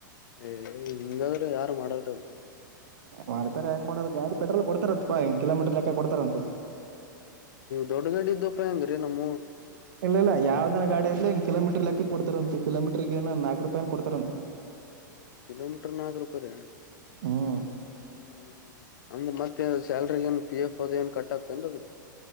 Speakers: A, on the left; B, on the right.
A: ಏ ಹಿಂಗಾದ್ರೆ ಯಾರು ಮಾಡಾರ್ದದು
B: ಮಾಡ್ತಾರ ಯಾಕ್ ಮಾಡೋದು ಗಾಡಿ ಪೆಟ್ರೋಲ್ ಕೊಡ್ತಾರಂತ ಪಾ ಹೆ ಕಿಲೋಮೀಟರ್ ಲೆಕ್ಕ ಕೊಡ್ತಾರಂತ
A: ದೊಡ್ಡ ಗಡ್ಡ್ದು ಉಪಾಯ ಅಂದ್ರೀ ನಮ್ಮ
B: ಇಲ್ಲ ಇಲ್ಲ ಯಾವ್ದನ ಗಾ ಇಲಿ ಹಿ ಕಿಲಮೀಟರ್ ಲೆಕ್ಕ ಕೊಡ್ತಾರಂತ ಕಿಲೋಮಿಟ್ರ ಏ ನಾಕ್ ರೊಪಾಯಿ ಕೊಡ್ತಾರ ಅಂತ
A: ಕಿಲೋಮೀಟರ್ ನಾಲ್ಕು ರೂಪಾಯಿ ರ
B: ಹ್ಮ್
A: ಹ ಅಂದ್ರ ಮತ್ತ ಸ್ಯಲ್ರಿ ಏನ್ ಪಿ ಎಫ್ ಅದ ಏನ್ ಕಟ್ತ್ತನ್ ಅದಕ್